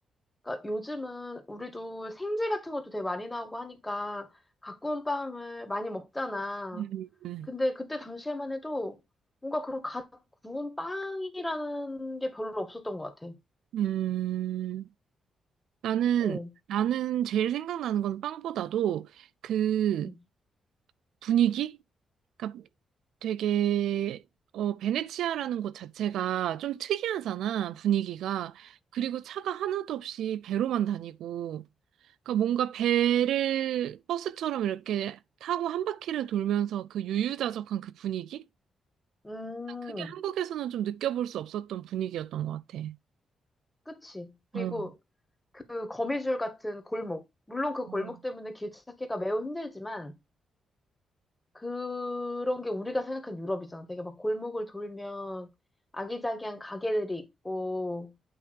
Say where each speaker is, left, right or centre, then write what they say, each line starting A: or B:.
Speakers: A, on the left; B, on the right.
A: 그러니까 요즘은 우리도 생제 같은 것도 되게 많이 나오고 하니까 갖고 온 빵을 많이 먹잖아.
B: 음.
A: 근데 그때 당시에만 해도 뭔가 그런 갓 구운 빵이라는 게 별로 없었던 것 같아.
B: 음. 나는,
A: 어.
B: 나는 제일 생각나는 건 빵보다도 그
A: 응응응.
B: 분위기? 그러니까 되게 어 베네치아라는 곳 자체가 좀 특이하잖아, 분위기가. 그리고 차가 하나도 없이 배로만 다니고. 그러니까 뭔가 배를 버스처럼 이렇게 타고 한 바퀴를 돌면서 그 유유자적한 그 분위기?
A: 음,
B: 그게 한국에서는 좀 느껴볼 수 없었던 분위기였던 것 같아.
A: 그치. 그리고
B: 어.
A: 그 거미줄 같은 골목. 물론 그
B: 어,
A: 골목 때문에 길 찾기가 매우 힘들지만, 그런 게 우리가 생각한 유럽이잖아. 되게 막 골목을 돌면 아기자기한 가게들이 있고,